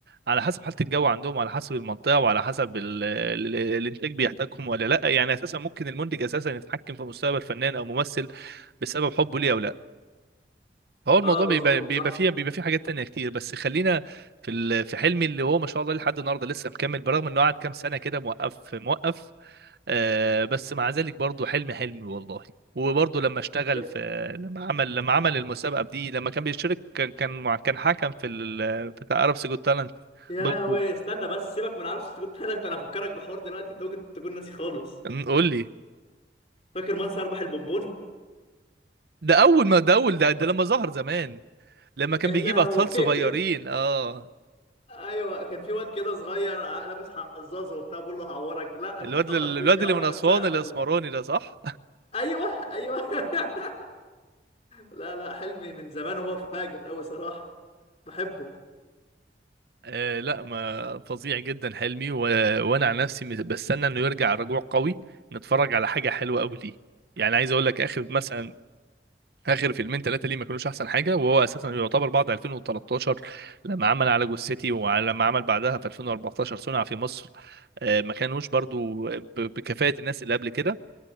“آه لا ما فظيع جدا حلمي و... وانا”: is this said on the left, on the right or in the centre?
Right